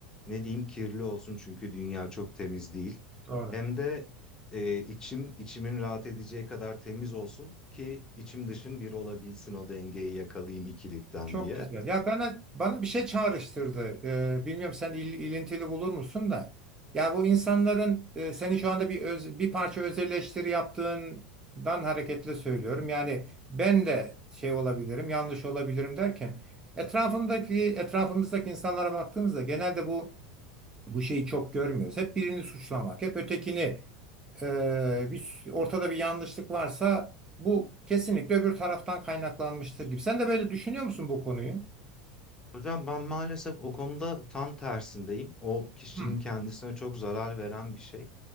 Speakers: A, on the left; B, on the right.
A: ne diyeyim kirli olsun çünkü dünya çok temiz değil
B: Doğru.
A: hem de eee, içim içimin rahat edeceği kadar temiz olsun ki içim dışım bir olabilsin o dengeyi yakalayayım ikilikten
B: Çok
A: diye.
B: güzel. Ya bana bana bir şey çağrıştırdı. Ee, bilmiyorum sen il- ilintili bulur musun da. Ya bu insanların e, senin şu anda bir öz- bir parça öz eleştiri yaptığından hareketle söylüyorum. Yani ben de şey olabilirim, yanlış olabilirim derken etrafımdaki etrafımızdaki insanlara baktığımızda genelde bu bu şeyi çok görmüyoruz. Hep birini suçlamak, hep ötekini e, bir, ortada bir yanlışlık varsa bu kesinlikle öbür taraftan kaynaklanmıştır gibi. Sen de böyle düşünüyor musun bu konuyu?
A: Hocam ben maalesef o konuda tam tersindeyim o kişinin
B: Hmm.
A: kendisine çok zarar veren bir şey.